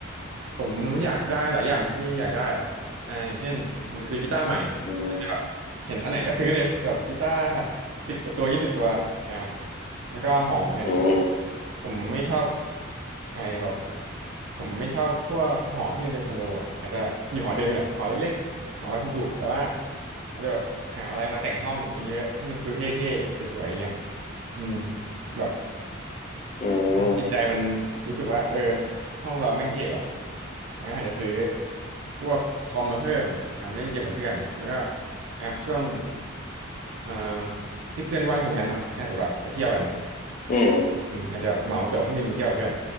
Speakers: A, on the right; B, on the left.
A: ผมอยากได้หลายอย่างที่อยากได้อะอ่าอย่างเช่นผมจะซื้อกีตาร์ใหม่
B: อืม
A: อาจจะแบบเห็นอันไหนก็ซื้อเลยแบบกีตาร์สิบกว่าตัวยี่สิบตัวอ่าแล้วก็หอผมเนี่ย
B: อืม
A: ผมไม่ชอบไอ้แบบผมไม่ชอบพวกหอที่มันเป็นคอนโดอ่ะอาจจะอยู่หอเดิมนี่แหละหอเล็กๆหอว่าถูกๆแต่ว่าอาจจะแบบหาอะไรมาแต่งห้องเยอะๆให้มันดูเท่ๆสวยๆอย่างเงี้ยอืมแบบ
B: อืม
A: จิตใจมันรู้สึกว่าเออห้องเราแม่งเท่ว่ะมันก็อาจจะซื้อพวกคอมมาเพิ่มอ่ามาเล่นเกมกับเพื่อน แล้วก็อ่ะช่วงอ่าที่เพื่อนว่างตรงกันเนาะก็อาจจะแบบไปเที่ยวกัน
B: อืม
A: อืมอาจจะเหมาตั๋วเครื่องบินไปเที่ยวกับเพื่อน